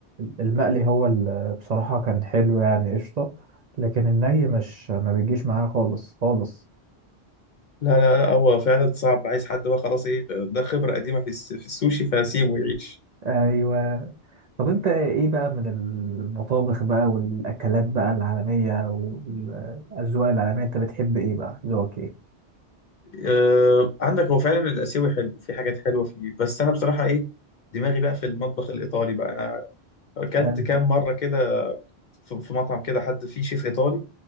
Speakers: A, on the right (about 55°); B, on the left (about 60°).
A: المقلي هو ال- بصراحة كان حلو يعني قشطة لكن الني مش ما بيجيش معايا خالص خالص
B: لا لا لا هو فعلا صعب عايز حد بقى خلاص ايه ده خبرة قديمة في الس- في السوشي فسيبه يعيش
A: ايوه طب انت ايه بقى من المطابخ بقى والاكلات بقى العالمية والاذواق العالمية انت بتحب ايه بقى ذوقك ايه
B: آه عندك هو فعلا الآسيوي حلو في حاجات حلوة فيه بس أنا بصراحة ايه دماغي بقى في المطبخ الإيطالي بقى أنا أكلت
A: اه
B: كام مرة كده في في مطعم كده حد فيه شيف إيطالي